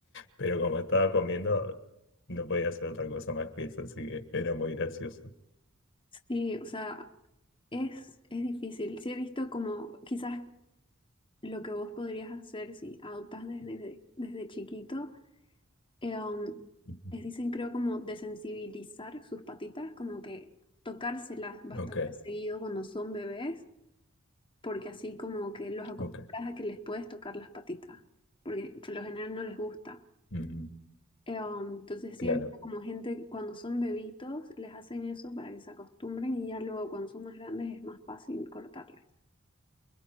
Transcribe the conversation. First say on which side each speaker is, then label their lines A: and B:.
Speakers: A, on the left; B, on the left.
A: pero como estaba comiendo... No podía hacer otra cosa más que eso, así que era muy gracioso.
B: Sí, o sea, es, es difícil. Sí he visto como quizás lo que vos podrías hacer si adoptas desde, desde chiquito eh, um,
A: Ujú.
B: les dicen, creo, como desensibilizar sus patitas, como que tocárselas bastante
A: Ok,
B: seguido cuando son bebés, porque así como que los acostumbras
A: ok.
B: a que les puedes tocar las patitas, porque por lo general no les gusta.
A: Mm,
B: Eh, um, entonces sí,
A: claro,
B: he visto como gente cuando son bebitos les hacen eso para que se acostumbren y ya luego cuando son más grandes es más fácil cortarles.